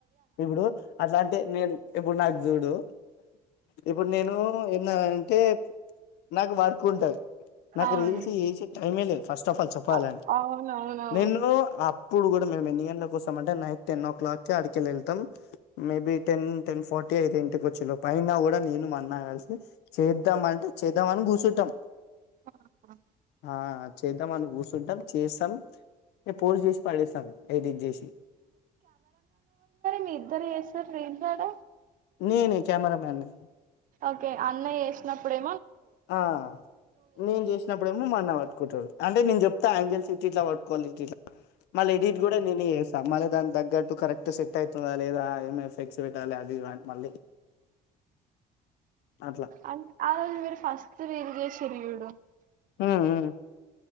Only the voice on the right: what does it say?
అవును
అ- అవునవునవును
ఆ ఆ
మీరిద్దరూ చేస్తారు దేంట్లో ఆడ
ఓకే అన్నయ్య వేసినప్పుడే
అవ్ ఆ రోజు మీరు ఫస్ స్ట్ రీల్ చేసిర్రు చూడు